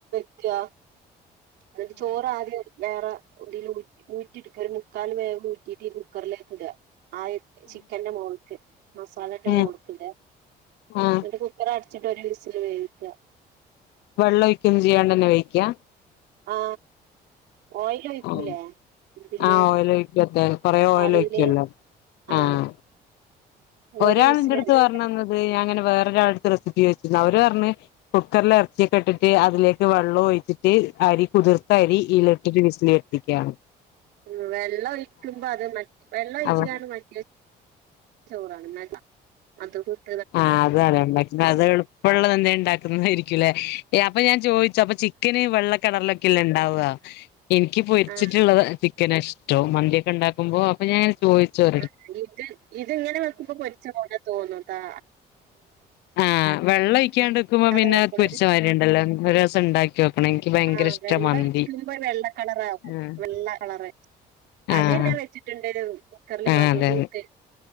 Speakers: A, on the right; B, on the left.
A: <unintelligible> <unintelligible> എന്നിട്ട് ചോറ് ആദിയം അങ്ങ് എടുക്കും വേറെ ഊറ്റിടുക്ക ഒരു മുക്കാല് വേഗ് ഊറ്റിട്ട കുക്കറിലേക്ക് ഇട ആ ചിക്കന്റെ മോഴക്ക് മസാലന്റെ
B: ആഹ്
A: മോഴക്ക്ന്റെ
B: ആഹ്
A: എന്നിട്ട് കുക്കറ വച്ചിട്ട ലിസിൽ വേവിക്കുക
B: വെള്ളം ഒഴിക്കും ചെയ്യാണ്ടന്നെ വഴിക്കാ
A: ആ ഓയിൽ ഒഴിക്കൂലേ
B: ആ
A: ഇതില്
B: ആ ഓയിൽ ഒഴക്കത്തേ കൊറെ
A: മസാലയില്
B: ഓയിൽ ഒഴക്കല്ലോ
A: ആ
B: ആഹ ഒരാൾ
A: ഒരു വിസിൽ
B: എന്റെറ അടുത്ത്
A: അടക്കുക
B: പറഞ്ഞ തന്ന ഞങ്ങനെ വേറൊ ഒരാടുത്ത് റെസിപ്പി ചോദിച്ചിരുന്നു അവര് പറഞ്ഞ് കുക്കറൽ ഇറച്ചിയൊക്കെ ഇട്ടിട്ട് അതിലേക്ക് വെള്ളം ഒഴിച്ചിട്ട് അരി കുതിർത്ത അരി ഇട്ട് വിസില എത്തിക്കുകയാണ്
A: ഉ വെള്ളം ഒഴിക്കുമ്പോ അത് മ വെള്ളം ഒഴിച്ചാണ്
B: അപ്പൊ
A: മറ്റ ചോറാണ് മ മദ്ഹൂത്ത്
B: ആഹ അതല്ലേ ഉണ്ടാക്കുന്നത് അത് എളുപ്പമുള്ളത് എന്താ ഉണ്ടാക്കുന്നതായിരിക്കുംല്ലേ അപ്പം ഞാൻ ചോദിച്ചു ചെലപ്പൊ ചിക്കന് വെള്ളം കളറി ക്കല ഉണ്ടാവു എനിക്ക് പൊരിച്ചിട്ടുള്ളത്
A: ആ
B: ഇഷ്ടോ മന്തിക്കെ ഉണ്ടാക്കുമ്പോ അപ്പൊ ഞാൻ ചോദിച്ചു അവരടുത്ത്
A: ആ ഇത് ഇത് ഇങ്ങനെ വെക്കുമ്പോ പൊരിച്ച പോലെ തോന്നൂട്ടാ
B: ആഹ വെള്ളം ഒഴിക്കാണ്ട് വക്കുമ്പോ
A: ഇല്ലാതാവുമ്പോളേ
B: പിന്നെ പൊരിച്ചമാതിരി ഉണ്ടല്ലോ ഒരു ദിവസം ഉണ്ടാക്കി നോക്കണം എനിക്ക് ഭയങ്കര
A: ആ
B: ഇഷ്ട
A: വെള്ളം
B: മന്തി
A: ഓയിക്കുമ്പോ വെള്ള കളറ ആവും
B: ആഹ്
A: വെള്ള കളർ
B: അതെയോ?
A: അത് നാൻ വെച്ചിട്ടുണ്ട് കുക്കറിൽ
B: ആഹ്
A: മധുഹൂത്ത്
B: അതെ അതെ